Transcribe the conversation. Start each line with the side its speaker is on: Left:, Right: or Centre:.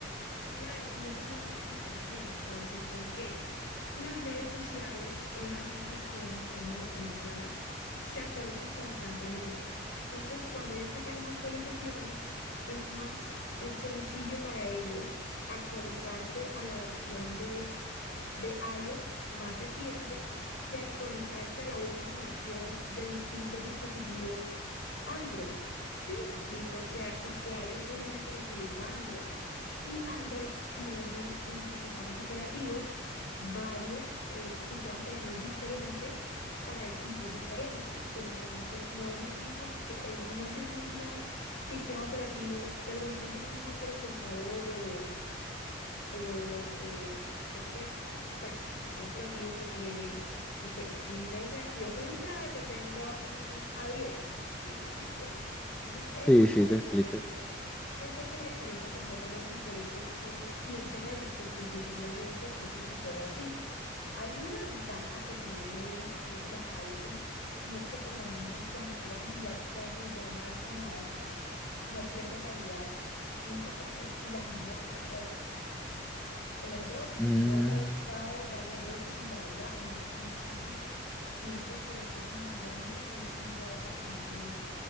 Left: Claro, y eso tiene una explicación. Te voy a decir por qué. Las redes sociales o las aplicaciones como Instagram se actualizan constantemente. Entonces, cuando ya sacan las actualizaciones, es más eh, sencillo para ellos actualizarse a la versión de de iOS más reciente que actualizarse a la última versión de distintos dispositivos Android. Si me explico? O sea, porque iOS solamente lo utiliza Android y Android tiene en sus sistemas operativos varios eh, sistemas operativos diferentes para equipos diferentes. Entonces, no es el mismo, sis- el- no es el mismo sistema operativo, perdón, no es el mismo procesador o o eh, creo que pues, sistema operativo que tiene, no sé, un s veintidós Ultra que tenga un a diez ¿sí me explico? Entonces eso
Centre: Sí,
Left: hace
Centre: sí,
Left: la
Centre: te
Left: diferencia,
Centre: explica.
Left: eso hace la diferencia completamente y por eso tú sientes eso, porque efectivamente eso sucede así. Hay una ventaja que tiene eh, los iPhones y es que por lo menos cuando tú vas a enviar fotos de un iPhone a otro, no pierde calidad nunca porque si las envías por AirDrop. AirDrop yo
Centre: Mm,
Left: lo he usado varias veces y la verdad me gusta muchísimo. Siento que es una manera muy sencilla de transmitir